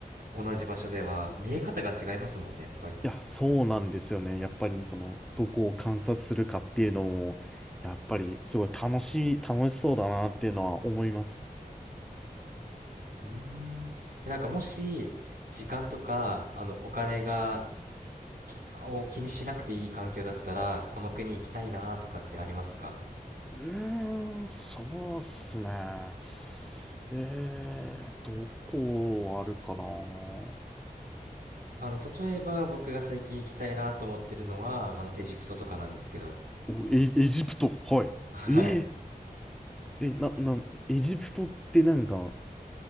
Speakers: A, on the right; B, in the centre.
A: 同じ場所では、見え方が違いますもんね、やっぱり。
B: いや、そうなんですよね。やっぱりその、どこを観察するかっていうのも、やっぱりすごい楽しい、楽しそうだなっていうのは思います。
A: うーん。えなんかもし、時間とか、あの、お金が、きを気にしなくていい環境だったら、この国行きたいなとかってありますか
B: うーん、そうっすね。えー、どこあるかな。お、
A: あの、例えば僕が最近行きたいなと思ってるのは、あの、エジプトとかなんですけど。
B: エ、エジプト。はい。
A: はい。
B: えー、え、な、な、エジプトってなんか、